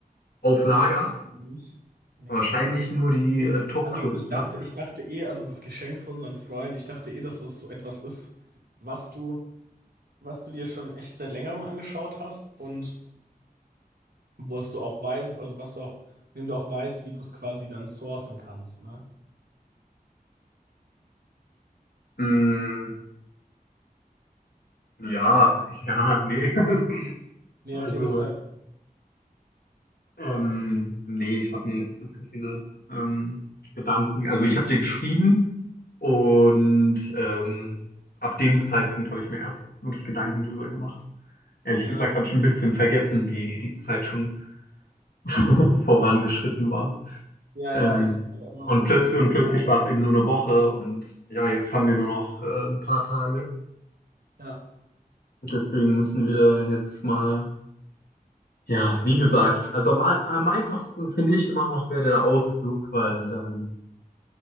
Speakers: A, on the left; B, on the right.
A: auf
B: Nee,
A: Lager.
B: ich glaub nicht. Nee.
A: Wahrscheinlich nur die äh, Top-Clubs,
B: Also ich dachte,
A: ne?
B: ich dachte eh, also das Geschenk für unseren Freund, ich dachte eh, dass das so etwas ist, was du, was du dir schon echt seit längerem angeschaut hast und wo was du auch weißt, also was du auch, indem du auch weißt, wie du es quasi dann sourcen kannst, ne?
A: Mm, ja, ja, nee. <laughs>
B: Nee,
A: Also
B: okay, das heißt,
A: Ähm, nee, ich habe mir jetzt nicht so viele ähm, Gedanken. Also ich habe dir geschrieben und ähm, ab dem Zeitpunkt habe ich mir erst wirklich Gedanken drüber gemacht. Ehrlich
B: ja,
A: gesagt habe ich ein bisschen vergessen, wie die Zeit schon <laughs> vorangeschritten war.
B: ja,
A: Ähm,
B: ja, das ist aber immer
A: und
B: so.
A: plötzlich und plötzlich
B: Aber-
A: war es eben nur eine Woche und ja, jetzt haben wir nur noch äh, ein paar Tage.
B: Ja,
A: Deswegen müssen wir jetzt mal, ja, wie gesagt, also am, ei- am einfachsten finde ich immer noch wäre der Ausflug, weil dann